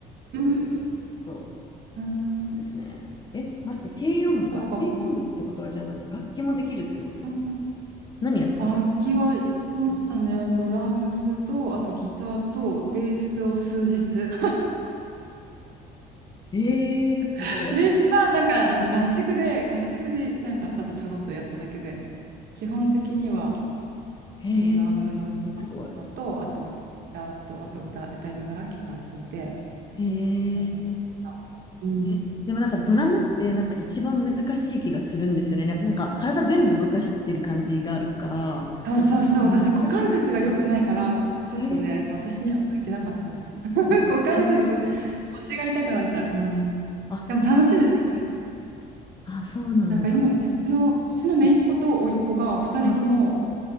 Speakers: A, on the right; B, on the left.
A: ーん。う
B: そ
A: ーん
B: うですね。え、待って、
A: サッカーがこ
B: 軽音部か。軽音部ってことは、じゃあなんか楽器もできるってことですか
A: う。うん。
B: 何やってたの
A: 楽器はやりましたね。ドラムスと、あとギターと、ベースを数日。
B: えー、すごい。
A: <laughs> ベースはなんかあの合宿で、合宿でなんかただちょろっとやっただけで、基本的には
B: へ
A: ドラムのバンドと、
B: え、すごいすごい。
A: あとはギターと、あと歌、歌いながらギター弾いて
B: へ
A: やっ
B: え。
A: た。うん。
B: えでもなんかドラムってなんか一番難しい気がするんですよね。
A: そ
B: ななんか体全部動かしてる感じがあるから。
A: うそうそうそう、
B: 難しい。
A: 私、股関節が良くないから、ちょっとね、
B: へえ。
A: 私には向いてなかったです。<laughs>
B: あ、
A: 股関節、
B: へえ。
A: 腰が痛くなっちゃう。うん。
B: あ、
A: でも楽しいですけどね。
B: あ、そうなんだ。
A: なんか今、うちの、うちの姪っ子と甥っ子が二人とも、
B: うん。うん。